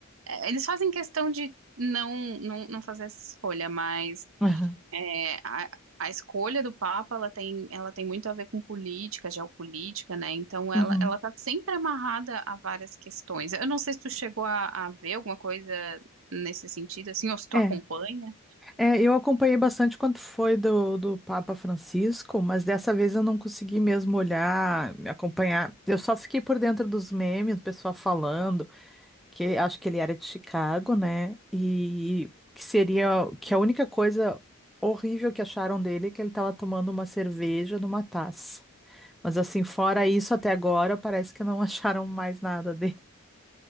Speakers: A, on the right; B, in the centre.
A: eh, eles fazem questão de não, não, não fazer essa escolha, mas
B: <laughs>
A: é, a, a escolha do Papa, ela tem, ela tem muito a ver com política, geopolítica, né? Então,
B: Aham.
A: ela, ela
B: Uhum.
A: tá sempre amarrada a várias questões. Eu não sei se tu chegou a, a ver alguma coisa nesse sentido, assim, ou se tu
B: É.
A: acompanha.
B: É, eu acompanhei bastante quanto foi do, do Papa Francisco, mas dessa vez eu não consegui mesmo olhar, me acompanhar. Eu só fiquei por dentro dos memes, do pessoal falando que acho que ele era de Chicago, né? E que seria que a única coisa horrível que acharam dele é que ele estava tomando uma cerveja numa taça. Mas assim, fora isso, até agora parece que não <laughs> acharam mais nada dele.